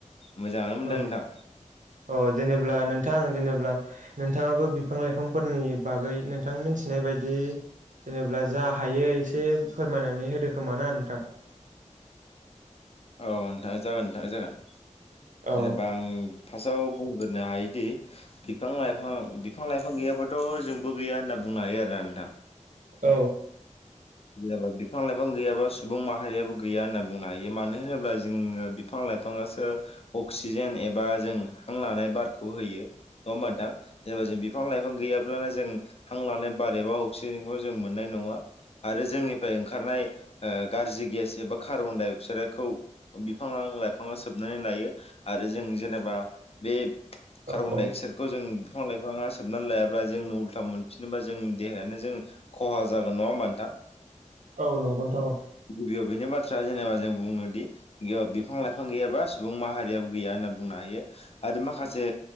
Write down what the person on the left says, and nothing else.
मोजाङानो मोनदों
नोंथां
औ नोंथां जागोन नोंथां जागोन
जेनेबा आं फार्स्टआव बुंग्रोनो हायोदि बिफां लाइफां बिफां लाइफां गैयाबाथ' जोंबो गैया होनना बुंनो हायो आरोना नोंथां
जेनेबा बिफां लाइफां बिफां गैयाबा सुबुं माहारियाबो गैया होनना बुंनो हायो मानो होनोब्ला जोङो बिफां लाइफाङासो अक्सिजेन एबा जों हां लानाय बारखौ होयो नङा होनबा नोंथां जेनेबा जों बिफां लाइफां गैया गैब्लानो जों हां लानाय बार एबा अक्सिजेनखौ जों मोननाय नङा आरो जोंनिफ्राय ओंखारनाय ओ गाज्रि गेस एबा कार्बन-डाइ-अक्साइडखौ बिफाङा बिफां लाइफाङा सोबनानै लायो आरो जों जेनेबा बे
कार्बन
डाइ अक्साइडखौ जों बिफां लाइफाङा सोबनानै लायाब्ला जोंनो उल्था मोनफिनोबा जोंनि देहायानो जों खहा जागोन नङा होमबा नोंथां
गिबियाव बेनो बाथ्रा जेनेबा जों बुनो दि बिफां लाइफां गैयाबा सुबुं माहारियाबो गैया होनना बुंनो हायो आरो माखासे